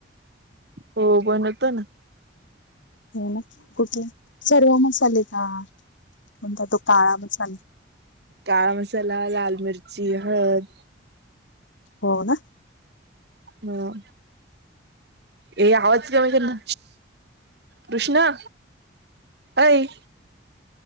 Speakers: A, on the right; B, on the left.
A: हो, बनवतो ना.
B: हो ना,, कुठे? सर्व मसाले का,, म्हणता तो काळा मसाला,,
A: काळा मसाला, लाल मिरची,, हळद,
B: हो ना,,
A: ह, ए, आवाज कर ना,,, कृष्णा,, अई ऽ